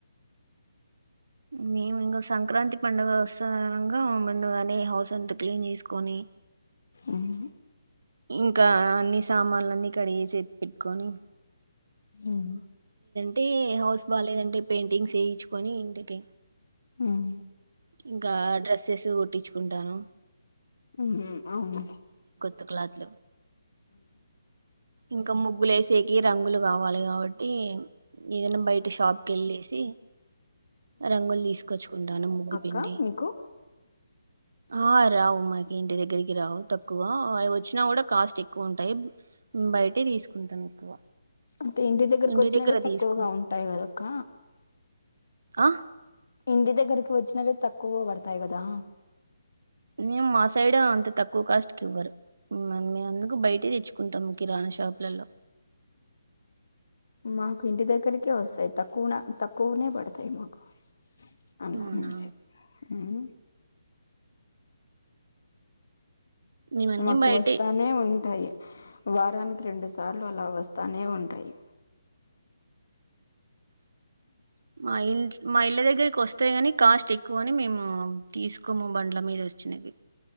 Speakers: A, on the right; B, on the left.
A: మేమిగా సంక్రాంతి పండుగవస్సాదనం మ్ గా ముందుగానే హౌస్ అంతా క్లీన్ చేసుకొని
B: ఉహు
A: ఇంకా అన్ని సామాన్లన్నీ కడిగేసి ఎత్తి పెట్టుకొని
B: ఉహ్
A: టే హౌస్ బాలేదంటే పెయింటింగ్స్ వేయిచుకొని ఇంటికి
B: ఉమ్
A: ఇంకా డ్రెస్సెస్ కుట్టిచుకుంటాను
B: మ్మ్ హు అవును
A: త్ క్లాత్లు ఇంక ముగ్గులేసి <unintelligible> రంగులు కావాలిగా కాబట్టి ఏదైనా బయట షాప్ కి వెళ్ళేసి రంగులు తీసుకొచ్చుకుంటాను ముగ్గు పిండి
B: కా మీకు
A: ఆ రావు మాకి ఇంటి దగ్గరికి రావు తక్కువ అవి వచ్చినా కూడా కాస్ట్ ఎక్కువ ఉంటాయి బయట తీసుకుంటాం ఎక్కువ
B: అంటే ఇంటి దగ్గరకు
A: ఇంటిడి
B: వచ్చినవే
A: దగ్గర
B: తక్కువగా
A: తీసుకో
B: ఉంటాయి కదక్క
A: ఆ
B: ఇంటి దగ్గరకి వచ్చినవే తక్కువ పడతాయి కదా
A: <unintelligible> మా సైడ్ అంత తక్కువ కాస్ట్ కి ఇవ్వరు మేముందుకు బయట తెచ్చుకుంటాము కిరాణా షాపులలో
B: మాకు ఇంటి దగ్గరికే వస్తాయి తక్కువనా తక్కువనే పడతాయి మాకు <unintelligible>
A: అవునా
B: మ్మ్
A: మేమన్నీ
B: మాకు
A: బయటే
B: వస్తానే ఉంటాయి వారానికి రెండు సార్లు అలా వస్తానే ఉంటాయి
A: <inaudible> మా ఇం మా ఇళ్ల దగ్గర దగ్గరికి వస్తా కాని కాస్ట్ ఎక్కువ అని మేము తీసుకోము బండ్ల మీద వచ్చినవి